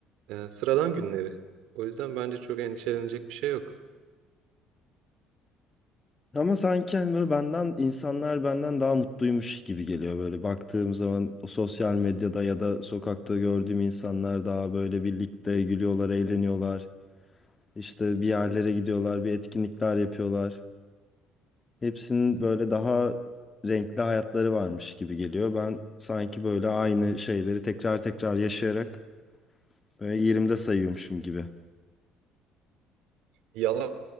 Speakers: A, on the right; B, on the left.
A: e, sıradan günleri. O yüzden bence çok endişelenecek bir şey yok.
B: Ama sanki hani böyle benden insanlar benden daha mutluymuş gibi geliyor böyle baktığım zaman o sosyal medyada ya da sokakta gördüğüm insanlar daha böyle birlikte gülüyorlar, eğleniyorlar. İşte bir yerlere gidiyorlar, bir etkinlikler yapıyorlar. Hepsinin böyle daha renkli hayatları varmış gibi geliyor. Ben sanki böyle aynı şeyleri tekrar tekrar yaşayarak böyle yerimde sayıyormuşum gibi.
A: Yalan